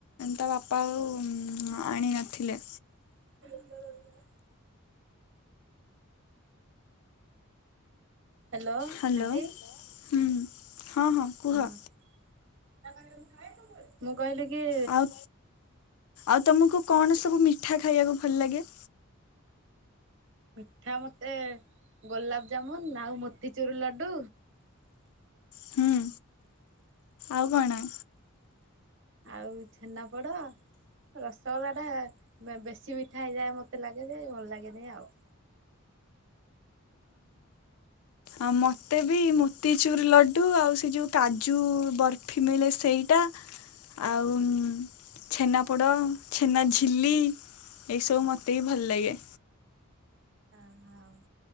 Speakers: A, on the left (about 85°); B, on the right (about 60°).
A: ତା ବାପା ଆଉ ଆଣି ନଥିଲେ।
B: <inaudible> Hello
A: hello
B: aunty.
A: ହୁଁ। ହଁ ହଁ କୁହ।
B: ହଁ ମୁଁ କହିଲି କି
A: ଆଉ ଆଉ ତମକୁ କଣ ସବୁ ମିଠା ଖାଇବାକୁ ଭଲ ଲାଗେ?
B: ମିଠା ମୋତେ ଗୋଲାପଜାମୁନ୍ ଆଉ ମୋତିଚୁର୍ ଲଡୁ।
A: ହୁଁ ଆଉ କଣ?
B: ଆଉ ଛେନାପୋଡ। ରସଗୋଲା ଟା ବେ ବେଶୀ ମିଠା ହେଇଯାଏ ମତେ ଲାଗେ ଯେ ଭଲ ଲାଗେନି ଆଉ।
A: ଅ ମୋତେ ବି ମୋତିଚୁର୍ ଲଡ଼ୁ ଆଉ ସେ ଯୋଉ କାଜୁ ବର ଫି ମିଳେ ସେଇଟା ଆଉ ଛେନାପୋଡ଼ ଛେନା ଝିଲି। ଏଇସବୁ ମୋତେ ବି ଭଲ ଲାଗେ।
B: ଆ ହଁ।